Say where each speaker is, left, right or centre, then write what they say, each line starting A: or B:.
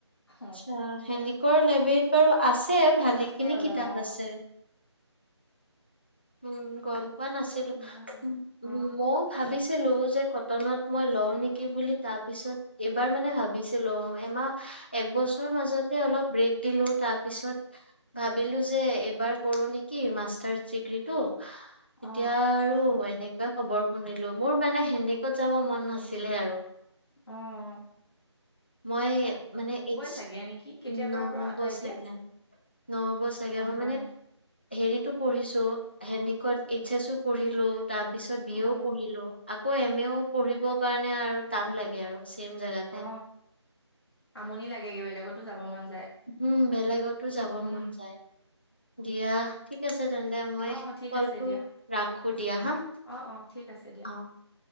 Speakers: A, on the left; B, on the left.
A: অ
B: আচ্ছা হেণ্ডিকৰ লাইব্ৰেৰীত বাৰু আছে ভালেখিনি
A: আছে অলপ
B: কিতাপ
A: অ
B: আছে উম গম পোৱা নাছিলো
A: সেনেকুৱা হয়
B: উম
A: অ
B: মও ভাবিছিলো যে কটনত মই লওঁ নেকি বুলি তাৰ পিছত এইবাৰ মানে ভাবিছিল ছিলো এমাহ একবছৰ মাজতে অলপ ব্ৰেক দিলো তাৰপিছত ভাবিলো যে এইবাৰ কৰো নেকি মাষ্টাৰ্চ ডিগ্ৰীটো তেতিয়া
A: অ
B: আৰু এনেকুৱাই খবৰ শুনিলো মোৰ মানে হেণ্ডিকত যাব মন নাছিলে আৰু
A: অ অ
B: মই মানে এইছ
A: চাগে নেকি কেতিয়াবাৰ
B: নহ'ব
A: পৰা আঁতৰাই
B: চাগে
A: দিয়ে
B: নহ'ব চাগে
A: গম
B: মই
A: পোৱা
B: মানে
A: নাই
B: হেৰিতো পঢ়িছো হেণ্ডিকট এইচ এছো পঢ়িলো। তাৰ পিছত বি
A: অ
B: এও পঢ়িলো আকৌ এম এও পঢ়িবৰ কাৰণে আৰু টান লাগে আৰু। ছেম জেগাতে
A: অ আমনি লাগে বেলেগতো যাব মন যায়।
B: উম বেলেগতো যাব
A: উম
B: মন যায়। দিয়া ঠিক আছে তেন্তে মই
A: অ ঠিক
B: কলটো
A: আছে দিয়া
B: ৰাখো দিয়া হা।
A: অ অ ঠিক আছে দিয়া।
B: অ অ